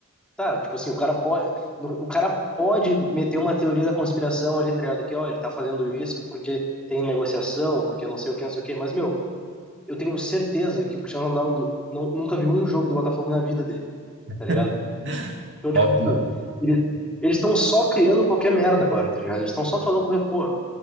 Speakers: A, in the centre; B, on the right (about 55°).
A: tá, tipo assim, o cara pode, o cara pode meter uma teoria da conspiração ali, tá ligado, que, ó, ele tá fazendo isso porque tem negociação, porque não sei o que, não sei o que, mas, meu, eu tenho certeza que o Cristiano Ronaldo não, nunca viu um jogo do Botafogo na vida dele,
B: <laughs>
A: tá ligado? Então,
B: Óbvio,
A: tipo,
B: que
A: pô,
B: não.
A: ele eles estão só criando qualquer merda agora, tá ligado? Eles estão só falando qualquer porra.